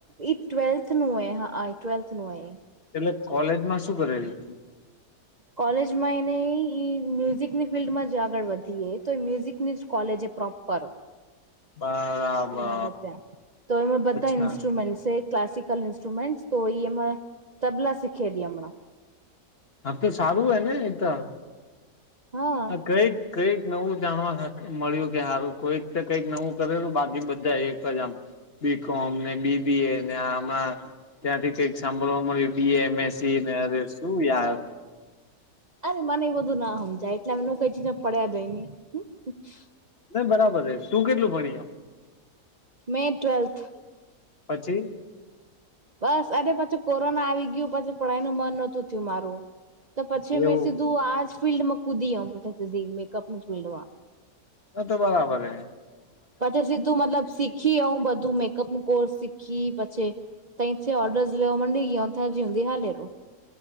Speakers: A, on the right; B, on the left.
A: એ ટ્વલ્થ નું એ હા આ ટવલ્થું એ એ
B: એટલે કોલેજમાં શું કરેલી?
A: કોલેજમાં એને ઈ-ઈ મ્યુઝિકની ફિલ્ડમાં જ આગળ વધી એ, તો એ મ્યુઝિકની જ કોલેજ એ પ્રોપર.
B: બરાબર
A: અમારા ત્યાં, તો એમાં બધા
B: અચ્છા
A: ઇન્સ્ટ્રુમેન્ટ્સે ક્લાસિકલ ઇન્સ્ટ્રુમેન્ટસ, તો ઈ એમાં તબલા શીખેલી હમણાં.
B: હા તો સારું હે ને ઈ તો.
A: હા
B: <unintelligible> કઈક નવું જાણવા થા મળ્યું કે હારું કોઈક તો કંઈક નવું કરેલું, બાકી બધા એક જ આમ બી કોમ, ને બી બી એ, ને આ હમણા ત્યાંથી કંઈક સાંભળવા મલ્યું બી એમ એસ સી ને, અરે શું યાર.
A: અરે મને એ બધું ના હમજાય, એટલે એમનું <unintelligible> <inaudible>
B: ને બરાબર હે. તું કેટલું ભણી હે?
A: મે ટ્વેલ્થ.
B: પછી?
A: બસ, અરે પછી કોરોના આવી ગયું પછી પઢાઈ નું મન નોતું થયું મારું. તો પછી મેં
B: એવું
A: સીધું આ જ ફિલ્ડમાં કુદી અમે તો સીધી મેકઅપનું જોઈ લવા.
B: આ તો બરાબર હે.
A: પછી સીધું મતલબ શીખી હું બધું મેક અપનું કોર્સ શીખી, પછી તયચ ઓર્ડર્સ લેવા મંડી <unintelligible>